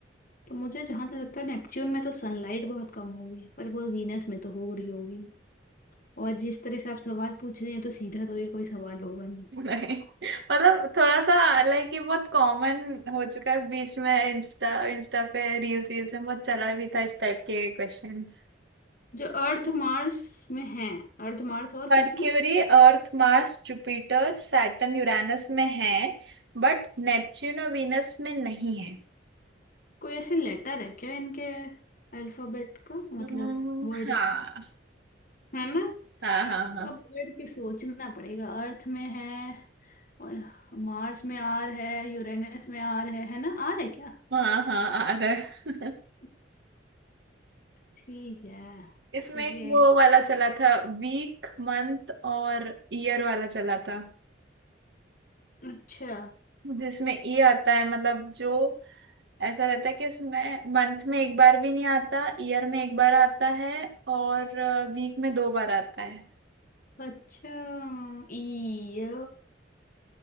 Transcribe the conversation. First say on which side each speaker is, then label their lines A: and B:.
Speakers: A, on the left; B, on the right.
A: तो मुझे जहां तक लगता है नेपच्यून में तो सनलाइट बहुत कम होगी पर वो वीनस में तो हो रही होगी और जिस तरह से आप सवाल पूछ रहे हैं तो सीधा तो ये कोई सवाल होगा नहीं
B: नहीं मतलब थोड़ा सा लाइक ये बहुत कॉमन हो चुका है बीच में इंस्टा इंस्टा पे रील्स वील्स में बहुत चला भी था इस टाइप के questions
A: जो अर्थ मार्स में है अर्थ मार्स और
B: Mercury
A: किस में
B: Earth Mars Jupiter Saturn Uranus में है बट नेपच्यून और वीनस में नहीं है
A: कोई ऐसे लेटर है क्या इनके अल्फाबेट का मतलब
B: हम्म,
A: वर्ड
B: हाँ
A: है ना
B: हाँ हाँ हाँ
A: अब बैठ के सोचना पड़ेगा अर्थ में है और मार्स में आर है यूरेनस में आर है है ना आर है क्या
B: हाँ हाँ आ रहा है
A: <laughs> ठीक है
B: <laughs> इसमें
A: चलिए
B: एक वो वाला चला था वीक मंथ और ईयर वाला चला था
A: अच्छा
B: जिसमें ई आता है मतलब जो ऐसा रहता है कि उसमें मंथ में एक बार भी नहीं आता ईयर में एक बार आता है और वीक में दो बार आता है
A: अच्छा ई